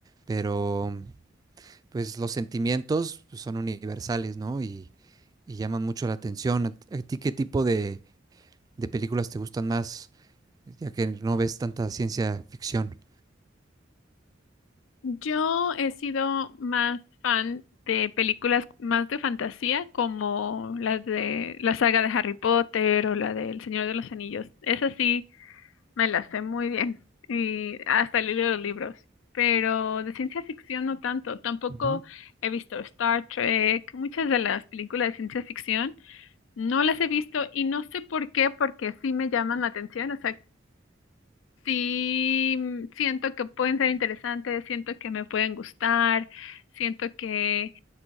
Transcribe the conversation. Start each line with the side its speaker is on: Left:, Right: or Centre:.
Right: pero pues los sentimientos pues, son universales, ¿no? Y, y llaman mucho la atención. ¿A ti a ti qué tipo de de películas te gustan más, ya que no ves tanta ciencia ficción?
Left: Yo he sido más fan de películas más de fantasía, como las de la saga de Harry Potter o la del Señor de los Anillos. Es así. Me las sé muy bien y hasta he los libros, pero de ciencia ficción no tanto. Tampoco
Right: Ujú.
Left: he visto Star Trek. Muchas de las películas de ciencia ficción no las he visto y no sé por qué, porque sí me llaman la atención. O sea, sí mm, siento que pueden ser interesantes, siento que me pueden gustar, siento que,